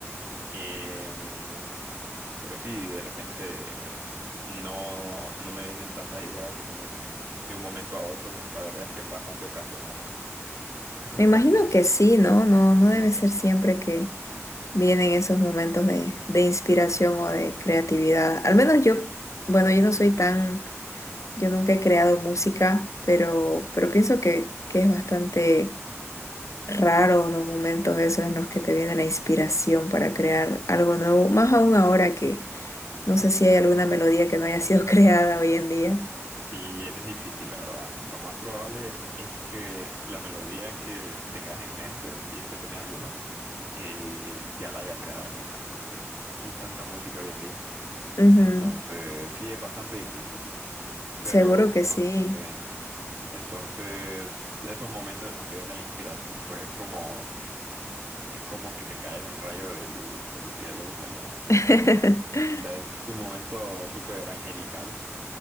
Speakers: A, on the right (about 80°); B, on the left (about 85°).
A: Em, pero sí, de repente no, no me vienen tantas ideas de un, de un momento a otro. La verdad es que es bastante ocasional. <laughs> Así
B: Me imagino
A: que
B: que sí, ¿no? No, no
A: sí.
B: debe ser siempre que vienen esos momentos de, de inspiración o de creatividad. Al menos yo, bueno, yo no soy tan Yo nunca he creado música, pero, pero pienso que, que es bastante raro los momentos esos en los que te viene la inspiración para crear algo nuevo, más aún ahora que no sé si
A: sí.
B: hay alguna melodía que no haya sido <laughs> creada hoy en día.
A: Y es bien difícil, la verdad. Lo más probable es que la melodía que tengas en mente, si es que tenés alguna, eh, ya la haya creado alguien más, porque es que hay tanta música hoy en día.
B: Ujú,
A: Entonces, sí, es bastante difícil. Pero,
B: Seguro que
A: oh,
B: sí.
A: sí. Entonces, esos momentos en los que viene la inspiración, pues es como, es como que te cae un rayo de luz del cielo, como, o
B: <laughs>
A: sea, es un momento súper angelical.